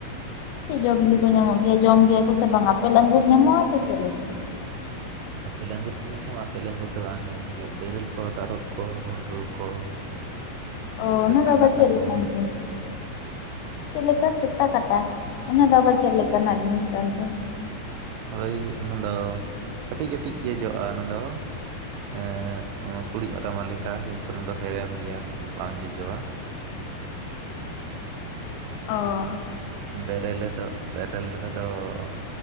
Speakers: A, on the left; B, on the right.
A: ᱪᱮᱫ ᱡᱚ ᱵᱤᱞᱤ ᱠᱚ ᱧᱟᱢᱚᱜ ᱜᱮᱭᱟ ᱡᱚᱢ ᱜᱮᱭᱟ ᱠᱚ ᱥᱮ ᱵᱟᱝ ᱟᱯᱮ ᱞᱟᱹᱜᱤᱫ ᱧᱟᱢᱚᱜᱼᱟ ᱥᱮ ᱪᱮᱫ ᱞᱮᱠᱟ
B: ᱟᱯᱮ ᱞᱝᱜᱩᱨ ᱠᱤ ᱧᱟᱢᱚᱜᱼᱟ ᱟᱯᱮᱞ ᱞᱟᱝᱝᱜᱩᱨ ᱫᱚ ᱵᱟᱝ ᱧᱟᱢᱚᱜ ᱜᱮᱭᱟ ᱛᱮᱨᱮᱞ ᱠᱚ ᱛᱟᱨᱚᱵ ᱠᱚ ᱜᱩᱸᱰᱨᱩ ᱠᱚ᱾
A: ᱚ
B: ᱥᱮᱛᱟ
A: ᱚᱱᱟ ᱫᱚ ᱟᱵᱟᱨ
B: ᱠᱟᱴᱟ
A: ᱪᱮᱫ ᱞᱮᱠᱟᱱ
B: ᱠᱚ
A: ᱛᱮ ᱪᱮᱫ ᱞᱮᱠᱟ ᱥᱮᱛᱟ ᱠᱟᱴᱟ ᱚᱱᱟ ᱫᱚ ᱟᱵᱟᱨ ᱪᱮᱫ ᱞᱮᱠᱟᱱᱟᱜ ᱡᱤᱱᱤᱥ ᱠᱟᱱ ᱛᱮ ᱾
B: ᱦᱳᱭ ᱚᱱᱟᱫᱚ ᱠᱟᱹᱴᱤᱡ ᱠᱟᱹᱴᱤᱡ ᱜᱮ ᱡᱚᱜᱼᱟ ᱚᱱᱟ ᱫᱚ᱾ ᱦᱮᱸ ᱠᱩᱲᱤᱫ ᱨᱟᱢᱟ ᱞᱮᱠᱟ ᱠᱤᱱᱛᱩ ᱚᱱᱟ ᱫᱚ ᱦᱮᱲᱮᱢ ᱜᱮᱭᱟ ᱵᱟᱝ ᱡᱚᱡᱚᱣᱟ।
A: ᱚ
B: ᱵᱮᱨᱮᱞᱮ ᱫᱚ ᱵᱮᱨᱮᱞ ᱨᱮᱫᱚ ᱼᱼ